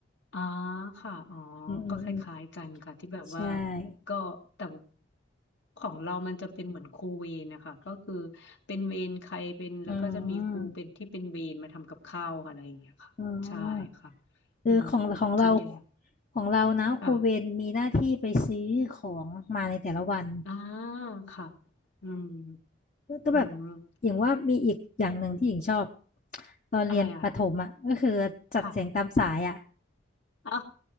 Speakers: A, on the left; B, on the left.
A: อ๋อค่ะอ๋อ
B: อืมอืมอืม
A: ก็คล้ายๆกันค่ะที่แบบว่า
B: ใช่
A: ก็แต่ของเรามันจะเป็นเหมือนครูเวรนะคะก็คือเป็นเวรใครเป็นแล้วก็จะมีครูเป็นที่เป็นเวรมาทำกับข้าวค่ะอะไรอย่างเงี้ยค่ะใช่ค่ะ
B: อืมอืมคือของของเรา
A: อืมส่วนใหญ่
B: ของเรานะครูเวรมีหน้าที่ไปซื้อของมาในแต่ละวัน
A: ค่ะอ่าค่ะอืม
B: แล้วก็แบบ
A: อืม
B: อย่างว่ามีอีกอย่างหนึ่งที่หญิงชอบตอนเรียนประถมอ่ะก็คือจัดเสียงตามสายอ่ะ
A: อะไรอ่ะค่ะอ๋อ